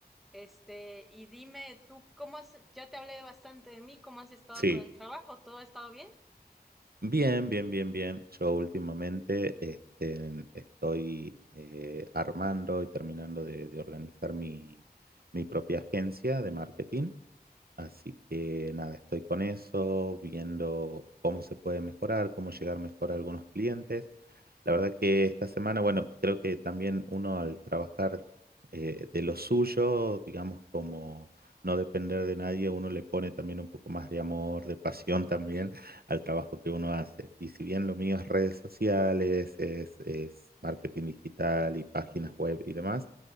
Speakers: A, in the centre; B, on the right.
A: Este, y dime tú, ¿cómo has, ya te hablé bastante de mí, ¿cómo has estado
B: Sí,
A: con el trabajo? ¿Todo ha estado bien?
B: Bien, bien, bien, bien. Yo últimamente este, estoy eh, armando y terminando de, de organizar mi, mi propia agencia de marketing. Así que nada, estoy con eso, viendo cómo se puede mejorar, cómo llegar mejor a algunos clientes. La verdad que esta semana, bueno, creo que también uno al trabajar eh, de lo suyo, digamos, como no depender de nadie, uno le pone también un poco más de amor, de pasión también al trabajo que uno hace. Y si bien lo mío es redes sociales, es, es marketing digital y páginas web y demás.